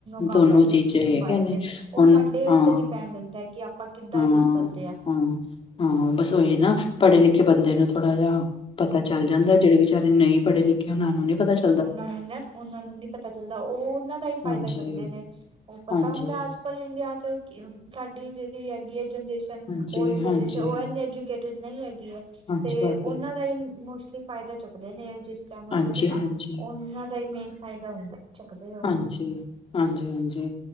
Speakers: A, on the right; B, on the left.
A: ਕੰਮ
B: ਦੋਨੋ
A: ਹੈਗੇ
B: ਚੀਜ਼ਾਂ
A: ਮੋਬਾਇਲ
B: ਹੈਗੀਆਂ ਨੇ
A: ਦੇ ਉਹ
B: ਹੁਣ
A: ਸਾਡੇ
B: ਹਾ।
A: ਉੱਤੇ ਡਿਪੈਂਡ ਹੁੰਦਾ ਹੈ ਕਿ ਆਪਾਂ ਕਿੱਦਾਂ
B: ਹਾਂ
A: ਯੂਜ ਕਰਦੇ ਆ
B: ਹਾਂ ਹਾਂ ਬਸ ਉਹੀ ਨਾ ਪੜ੍ਹੇ ਲਿਖੇ ਬੰਦੇ ਨੂੰ ਥੋੜ੍ਹਾ ਜਿਹਾ ਪਤਾ ਚੱਲ ਜਾਂਦਾ ਐ। ਜਿਹੜੇ ਵਿਚਾਰੇ ਨਹੀਂ ਪੜ੍ਹੇ ਲਿਖੇ ਉਹਨਾਂ ਨੂੰ ਨਹੀਂ ਪਤਾ ਚਲਦਾ।
A: ਉਹਨਾਂ ਨੂੰ ਨਾ ਉਹਨਾਂ ਨੂੰ ਨਹੀਂ ਪਤਾ ਚੱਲਦਾ। ਉਹ ਉਹਨਾਂ ਦਾ ਹੀ ਫਾਇਦਾ
B: ਹਾਂਜੀ
A: ਚੱਕਦੇ ਨੇ। ਉਹ ਪਤਾ
B: ਹਾਂਜੀ
A: ਹੁੰਦਾ ਅੱਜ ਹਜੇ ਇੰਡੀਆ 'ਚ ਕੀ ਹੁਣ। ਸਾਡੀ ਜਿਹੜੀ ਹੈਗੀ ਆ ਜਨਰੇਸ਼ਨ
B: ਹਾਂਜੀ
A: ਓਲਡ ਜਨਰੇਸ਼ਨ
B: ਹਾਂਜੀ
A: ਉਹ ਐਨੇ ਐਜੂਕੇਟਡ ਨਹੀਂ ਐਗੀ ਐ।
B: ਹਾਂਜੀ
A: ਤੇ
B: ਭਾਬੀ
A: ਉਹਨਾਂ ਦਾ ਇਹ ਮੋਸਟਲੀ ਫਾਇਦਾ ਚੁੱਕਦੇ ਨੇ। ਇਹ ਜਿਹੜੇ ਸਕੈਮਰ
B: ਹਾਂਜੀ
A: ਹੁੰਦੇ ਨਾ।
B: ਹਾਂਜੀ
A: ਉਨ੍ਹਾਂ ਦਾ ਹੀ ਮੇਨ ਫਾਇਦਾ ਹੁੰਦਾ ਚੱਕਦੇ ਉਹ।
B: ਅੱਛਾ ਜੀ ਹਾਂਜੀ-ਹਾਂਜੀ